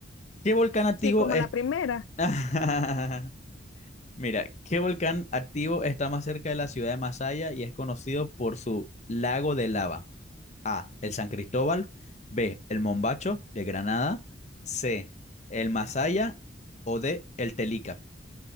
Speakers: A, on the left; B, on the left.
A: ¿Qué volcán activo
B: Sí, como
A: es?
B: la primera,
A: <laughs> Mira, ¿qué volcán activo está más cerca de la ciudad de Masaya y es conocido por su lago de lava? A. El San Cristóbal. B. El Mombacho de Granada. C. El Masaya. O D. El Telica.